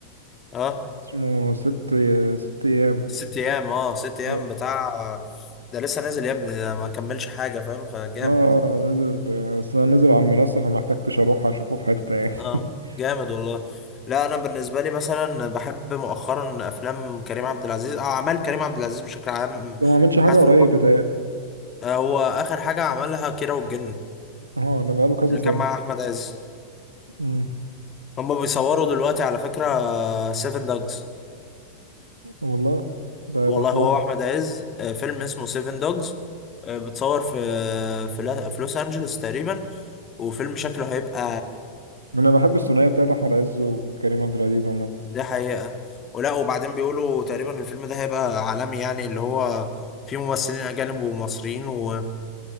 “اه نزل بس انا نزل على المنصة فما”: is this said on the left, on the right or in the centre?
Right